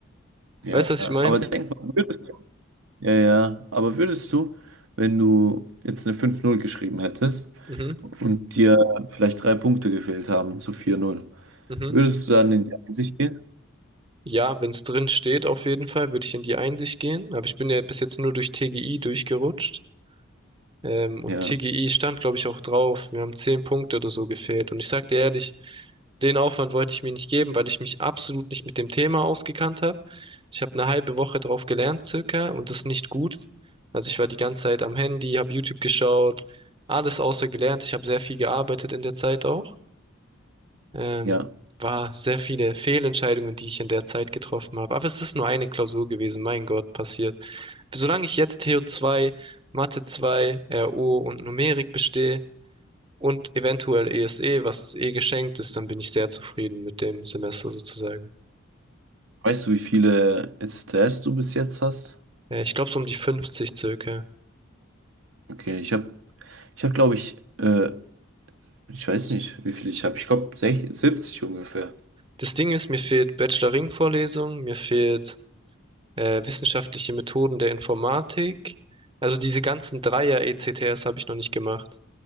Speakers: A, on the right (about 70°); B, on the right (about 25°).
A: Ja,
B: Weißt du, was
A: aber
B: ich meine?
A: denk mal, würdest, ja, ja, aber würdest du, wenn du jetzt eine fünf null geschrieben hättest
B: Mhm,
A: und dir vielleicht drei Punkte gefehlt haben zu vier null,
B: mhm.
A: würdest du dann in die Einsicht gehen?
B: Ja, wenn es drin steht, auf jeden Fall, würde ich in die Einsicht gehen, aber ich bin ja bis jetzt nur durch TGI durchgerutscht. Ähm, und
A: Ja,
B: TGI stand, glaube ich, auch drauf. Wir haben zehn Punkte oder so gefehlt. Und ich sag dir ehrlich, den Aufwand wollte ich mir nicht geben, weil ich mich absolut nicht mit dem Thema ausgekannt habe. Ich habe eine halbe Woche drauf gelernt, circa, und das ist nicht gut. Also ich war die ganze Zeit am Handy, habe YouTube geschaut, alles außer gelernt. Ich habe sehr viel gearbeitet in der Zeit auch. Ähm,
A: ja.
B: war sehr viele Fehlentscheidungen, die ich in der Zeit getroffen habe. Aber es ist nur eine Klausur gewesen, mein Gott, passiert. Solange ich jetzt Theo 2, Mathe 2, RO und Numerik bestehe und eventuell ESE, was eh geschenkt ist, dann bin ich sehr zufrieden mit dem Semester sozusagen.
A: Weißt du, wie viele FCTS du bis jetzt hast?
B: Äh, ich glaube so um die 50 circa.
A: Okay, ich habe, ich habe, glaube ich, äh, ich weiß nicht, wie viele ich habe. Ich glaube, 70 ungefähr.
B: Das Ding ist, mir fehlt Bachelor-Ring-Vorlesung, mir fehlt äh, wissenschaftliche Methoden der Informatik. Also diese ganzen Dreier-ECTS habe ich noch nicht gemacht.